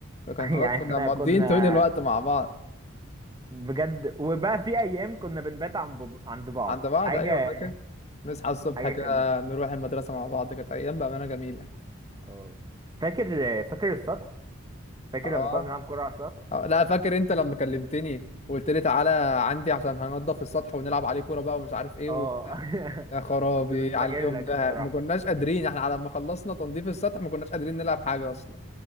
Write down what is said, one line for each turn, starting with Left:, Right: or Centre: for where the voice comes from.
Left: فكان
Right: <laughs>
Left: خلاص
Right: يعني
Left: كنا
Right: احنا
Left: مقضيين
Right: كنا
Left: طول الوقت مع بعض
Right: بجد وبقى في ايام كنا بنبات عن بب... عند بعض
Left: عند بعض
Right: حاجه
Left: ايوه فاكر نصحى الصبح
Right: حاجه
Left: كده
Right: كان
Left: نروح المدرسة مع بعض كانت ايام بأمانة جميلة
Right: اه فاكر فاكر السطح فاكر
Left: اه
Right: لما كنا بنلعب كوره على السطح
Left: آه، لا فاكر انت لما كلمتني وقلت لي تعالى عندي عشان هننضف السطح ونلعب عليه كورة بقى ومش عارف ايه
Right: اه <laughs>
Left: يا خرابي
Right: كنت بستجلك
Left: على اليوم ده
Right: الصراحه
Left: ما كناش قادرين احنا على ما خلصنا تنظيف السطح ما كناش قادرين نلعب حاجة اصلا